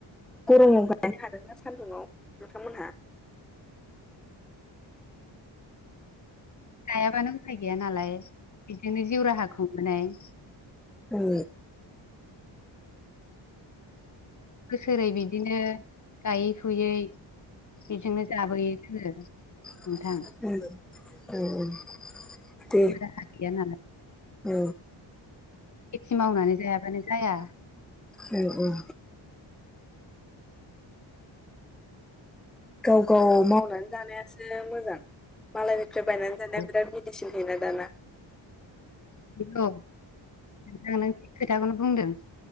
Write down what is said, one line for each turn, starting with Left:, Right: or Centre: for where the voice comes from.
Centre: गर'माव गायनो हादों ना सान्दुंआव नोंथांमोनहा? <inaudible>
Left: गायाबानो उफाय गैया नालाय बेजोंनो जिउ राहा खुंबोनाय।
Centre: ओ
Left: बोसोरै बिदिनो गायै फुयै बेजोंनो जाबोयो जोङो।
Centre: उम
Left: नोंथां
Centre: औ औ दे
Left: जेबो राहा गैया नालाय।
Centre: औ
Left: खेथि मावनानै जायाबानो जाया।
Centre: उम उम गाव गाव मावनानै जानायासो मोजां मालायनिफ्राय बायनानै जानाया
Left: औ
Centre: बिराद मेडिसिन होयोना दाना
Left: <unintelligible> गौ नों नों थिख खोथाखौनो बुंदों।